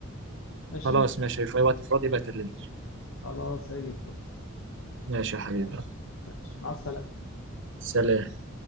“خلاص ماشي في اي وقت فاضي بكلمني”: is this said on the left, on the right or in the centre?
Right